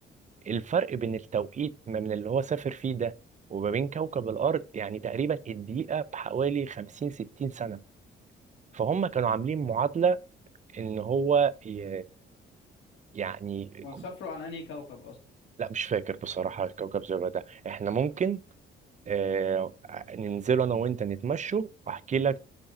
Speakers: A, on the right; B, on the left.
A: الفرق بين التوقيت ما من اللي هو سافر فيه ده وما بين كوكب الأرض يعني تقريبا الدقيقة بحوالي 50 60 سنة فهم كانوا عاملين معادلة إن هو ي... يعني
B: هو سافروا على انهي كوكب اصلا
A: لا مش فاكر بصراحة الكوكب زرار ده إحنا ممكن آه، ننزله أنا وأنت نتمشوا وأحكي لك